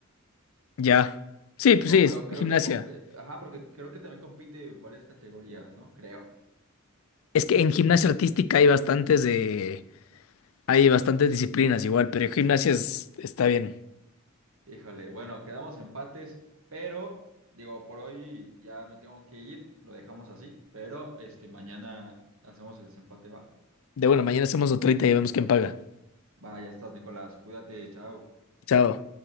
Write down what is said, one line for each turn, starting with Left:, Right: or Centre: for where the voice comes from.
Left: Ya. Sí,
Right: Digo,
Left: pues sí,
Right: pero
Left: es
Right: creo
Left: gimnasia.
Right: que. comp- eh, Ajá, porque creo que también compite varias categorías, ¿no? Creo.
Left: Es que en gimnasia artística hay bastantes de, hay bastantes disciplinas igual, pero en gimnasia es- está bien.
Right: Híjole, bueno, quedamos empates, pero digo, por hoy ya me tengo que ir, lo dejamos así, pero este mañana hacemos el desempate, ¿va?
Left: De bueno, mañana hacemos otra y vemos quién paga.
Right: Va, ya estás, Nicolás, cuídate, chao.
Left: Chao.